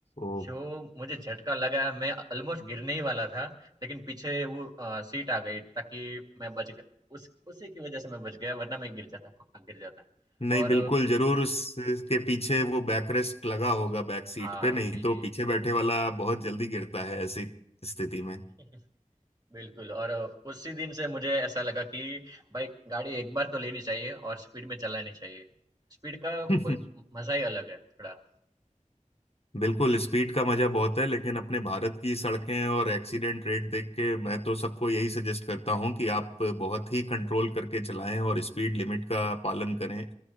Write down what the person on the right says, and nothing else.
जो मुझे झटका लगा, मैं ऑलमोस्ट गिरने ही वाला था, लेकिन पीछे वो अ, सीट आ गई ताकि मैं बच गया। उस उसी की वज़ह से मैं बच गया, वरना मैं गिर जाता, पक्का गिर जाता।
और
अ,
हाँ,
जी,
जी।
<laughs> बिल्कुल और अ, उसी दिन से मुझे ऐसा लगा कि भाई गाड़ी एक बार तो लेनी चाहिए और स्पीड में चलानी चाहिए। स्पीड का कोई
मज़ा ही अलग है थोड़ा।